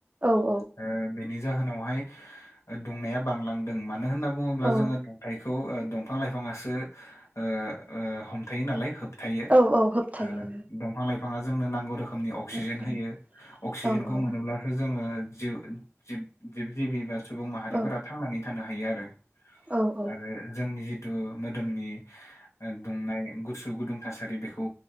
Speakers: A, on the right (about 30°); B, on the left (about 80°).
A: औ
B: ओ बेनि जाहोनावहाय ओ दुंनाया बांलां दों मानो होनना बुङोब्ला
A: औ
B: जोङो दुथायखौ ओ दंफ फां लाइफाङासो ओ ओ हमथायो नालाय होब थायो
A: औ औ होबथायो
B: ओ दंफां लाइ फाङा जोंनो नांगौ रोखोमनि अक्सिजेन
A: ओम
B: होयो। अक्सिजेनखौ
A: ओम
B: मोनोब्ला सो जोङो जिउ जिब जिब जिबि बा सुबुं माहारिफोरा
A: औ
B: थांनानै थानो हायो आरो।
A: औ औ
B: आरो जोंनि जिथु मोदोमनि ओ दुंनाय गुसु गुदुं थासारि बेखौ